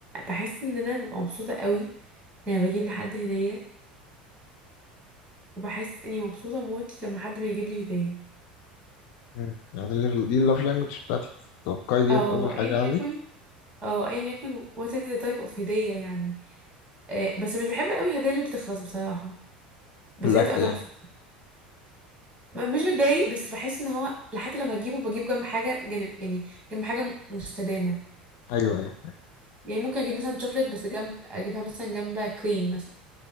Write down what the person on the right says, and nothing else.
بحس ان انا ببقى مبسوطه قوي لما بجيب لحد هديه وبحس اني مبسوطه موت لما حد بيجيب لي هديه
او
ايا
يكن اه ايا يكن what is the type of هدية يعني آه بس مش بحب قوي الهدايا اللي بتخلص بصراحة بس
هي تبقى تحفة
م- مش بتضايق بس بحس ان هو حتى لو هجيبه بجيبه جنب حاجة جنب يعني جنب حاجة م- مستدامة
يعني ممكن اجيب مثلا شوكليت بس جنب اجيبها مثلا جنب كريم مثلا